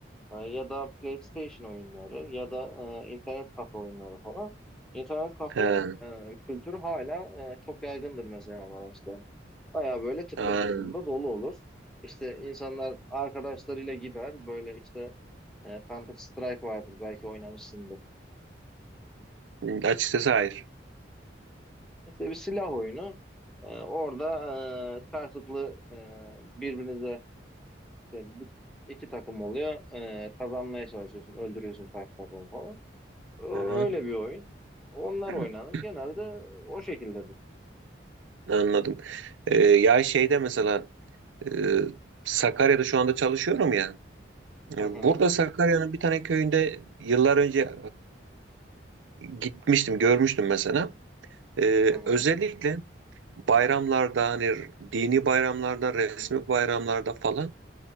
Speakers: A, in the centre; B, on the right (about 85°).
A: e, ya da PlayStation oyunları ya da e, internet kafe oyunları falan. İnternet kafe
B: He.
A: e, kültürü hala e, çok yaygındır mesela Maraş'ta. Baya böyle tıklım
B: Aa,
A: tıklım da dolu olur. İşte insanlar arkadaşlarıyla gider böyle işte E, Counter Strike vardır belki oynamışsındır.
B: <laughs> açıkçası hayır.
A: İşte bir silah oyunu. E, orada e, karşılıklı e, birbirinize işte bir- iki takım oluyor. E, kazanmaya çalışıyorsun. Öldürüyorsun karşı takımı falan. Ö-
B: Aha,
A: Öyle bir oyun. Onlar
B: <clears throat>
A: oynanır. Genelde o şekildedir.
B: anladım. Ee, ya şeyde mesela e, Sakarya'da şu anda çalışıyorum ya. E,
A: Hı hı.
B: Burada Sakarya'nın bir tane köyünde yıllar önce e, gitmiştim, görmüştüm mesela. E,
A: Hı hı.
B: özellikle bayramlarda hani dini bayramlarda, resmi bayramlarda falan